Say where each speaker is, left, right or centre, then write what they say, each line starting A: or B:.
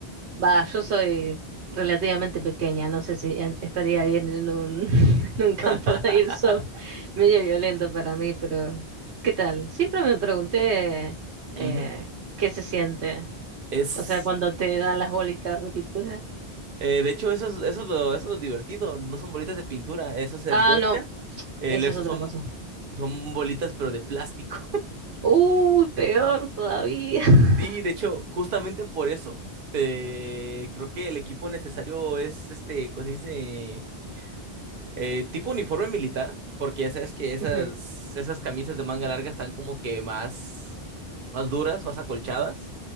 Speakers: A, on the right; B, on the right.
A: Va, yo soy relativamente pequeña, no sé si en- estaría bien en un, <laughs> en un campo
B: <laughs>
A: de Airsoft medio violento para mí, pero ¿qué tal? Siempre me pregunté eh,
B: Ujú.
A: qué se siente,
B: Es,
A: o sea, cuando te dan las bolitas de pintura.
B: eh, de hecho, eso es, eso es lo, eso es lo divertido. No son bolitas de pintura, eso es el
A: Ah,
B: gocha.
A: no,
B: El
A: eso
B: Airsoft
A: es otra
B: son,
A: cosa.
B: son bolitas, pero de plástico.
A: Uy, peor todavía. <laughs>
B: Sí, de hecho, justamente por eso, eh, creo que el equipo necesario es este, ¿cómo se dice? Eh, tipo uniforme militar, porque ya sabes que esas,
A: Ujú,
B: esas camisas de manga larga están como que más, más duras, más acolchadas,